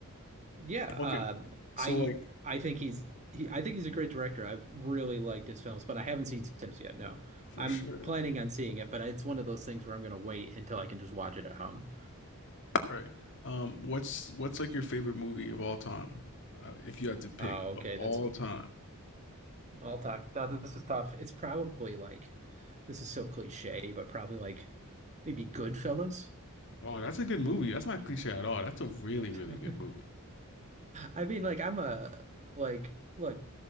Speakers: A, on the right; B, on the left.
A: Yeah,
B: Okay.
A: um,
B: So
A: I
B: like
A: I think he's he, I think he's a great director. I've really liked his films, but I haven't seen Sims yet. No,
B: for
A: I'm
B: sure.
A: planning on seeing it, but it's one of those things where I'm going to wait until I can just watch it at home.
B: Right. Um what's what's like your favorite movie of all time? Uh, if you had to pick
A: Oh, okay,
B: of all
A: that's
B: time.
A: all time. No, this is tough. It's probably like this is so cliche, but probably like Maybe Goodfellas.
B: Oh, that's a good movie. That's not cliche at all. That's a really really
A: <laughs>
B: good movie.
A: I mean, like I'm a like look,